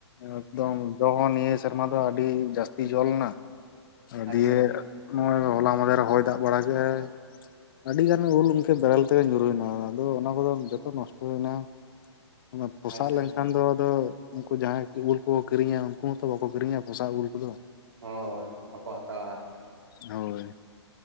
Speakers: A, on the left; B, on the right.
A: ᱮᱠᱫᱚᱢ ᱡᱚ ᱦᱚᱸ ᱱᱤᱭᱟᱹ ᱥᱮᱨᱢᱟ ᱫᱚ ᱟᱹᱰᱤ ᱡᱟᱹᱥᱛᱤ ᱡᱚ ᱞᱮᱱᱟ
B: ᱟᱪᱪᱷᱟ
A: ᱫᱤᱭᱮ ᱱᱚᱜ ᱚᱭ ᱦᱚᱞᱟ ᱢᱟᱫᱷᱮᱨ ᱨᱮ ᱦᱚᱭ ᱫᱟᱜ ᱵᱟᱲᱟ ᱠᱮᱫᱼᱟᱭ ᱟᱹᱰᱤ ᱜᱟᱱ ᱩᱞ ᱵᱮᱨᱮᱞ ᱛᱮᱜᱮ ᱧᱩᱨᱩᱭᱱᱟ ᱟᱫᱚ ᱚᱱᱟ ᱠᱚᱫᱚ ᱡᱚᱛᱚ ᱱᱚᱥᱴᱚ ᱭᱮᱱᱟᱴ ᱚᱱᱟ ᱯᱚᱥᱟᱜ
B: ᱟᱪᱪᱷᱟ
A: ᱞᱮᱱᱠᱷᱟᱱ
B: ᱟᱪᱪᱷᱟ
A: ᱫᱚ ᱟᱫᱚ ᱩᱱᱠᱩ ᱡᱟᱦᱟᱸᱭ ᱩᱞ ᱠᱚᱠᱚ ᱟᱠᱤᱨᱤᱧᱟ ᱩᱱᱠᱩ ᱦᱚᱸᱛᱚ ᱵᱟᱠᱚ ᱠᱤᱨᱤᱧᱟ ᱯᱚᱚᱥᱟᱜ ᱩᱞ ᱠᱚᱫᱚ
B: ᱦᱳᱭ ᱵᱟᱠᱚ ᱦᱟᱛᱟᱣᱟ ᱟᱨᱠᱤ
A: ᱦᱳᱭ